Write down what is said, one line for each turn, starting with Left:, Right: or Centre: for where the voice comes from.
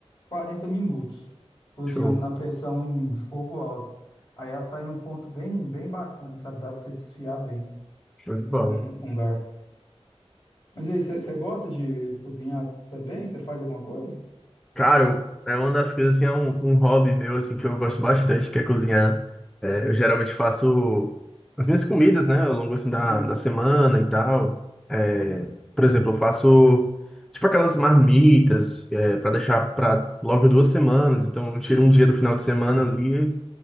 Left: quarenta minutos cozinhando
Centre: Show,
Left: na Uhum. pressão em fogo alto. Aí ela sai num ponto bem, bem bacana, sabe? Dá pra você desfiar bem
Centre: show de bola.
Left: com, com garfo. Mas aí, você você gosta de cozinhar também? Você faz alguma coisa?
Centre: Claro, é uma das coisas, assim, é um, um hobby meu, assim, que eu gosto bastante, que é cozinhar. É, eu geralmente faço as minhas comidas, né, ao longo, assim, da,
Left: Ah,
Centre: da semana e tal. É,
Left: ó.
Centre: por exemplo, eu faço, tipo, aquelas marmitas, é, para deixar para logo duas semanas. Então, eu tiro um dia do final de semana ali,